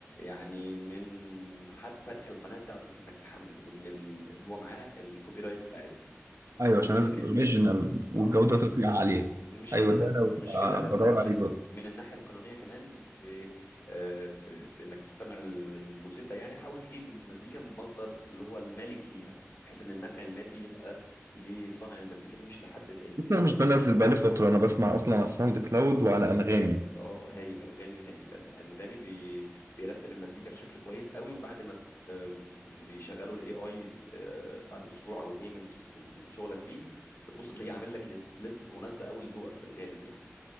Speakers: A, on the left; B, on the right.
A: يعني من حد فاتح القناه بتاعته انك تحمل وان ال- اللي هو معاه الكوبي رايت بتاعتها مع
B: أيوه
A: حقوق
B: عشان
A: الملكيه
B: نازل أوريجينال
A: بتاعتها
B: والجودة
A: اه
B: تطلع عالية
A: مش كده
B: أيوه
A: بس
B: ده
A: مش كده
B: أنا
A: بس
B: بدور
A: عشان
B: عليه دلوقتي.
A: من الناحية القانونية كمان في آه، في في انك تستمع للموسيقى يعني حاول تجيب المزيكا من مصدر اللي هو المالك ليها بحيث ان النفع المادي يبقى لصانع المزيكا دي مش لحد تاني يعني
B: انا مش بنزل بقالي فترة انا بسمع اصلا على الساوند كلاود وعلى انغامي
A: اه هايل انغامي هايل أن- انغامي بي بيرتب المزيكا بشكل كويس قوي وبعد ما ب- ما بيشغلوا الاي اي بعد اسبوع او اتنين من من من شغلك فيه بتبص تلاقيه عامل لك ليست ليست مناسبة قوي لذوقك في الغالب يعني